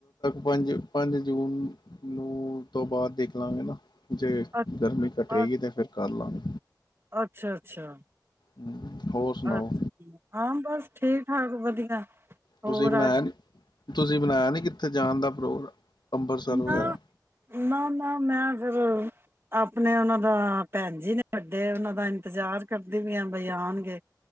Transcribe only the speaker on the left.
ਪੰਜ-ਪੰਜ ਜੂਨ ਨੂੰ ਤੋਂ ਬਾਅਦ ਦੇਖ ਲਾਂਗੇ ਨਾ। ਜੇ
ਗਰਮੀ
ਘਟੇਗੀ ਤੇ ਫਿਰ। ਕਰ ਲਾਗੇ।
ਹੂੰ। ਹੋਰ ਸੁਣਾਓ।
ਤੁਸੀਂ
ਬਣਾਇਆ
ਨੀ। ਤੁਸੀਂ ਬਣਾਇਆ ਨੀ, ਕਿੱਥੇ ਜਾਣ ਦਾ ਪ੍ਰੋਗਰਾਮ? ਅੰਮ੍ਰਿਤਸਰ
ਵਗੈਰਾ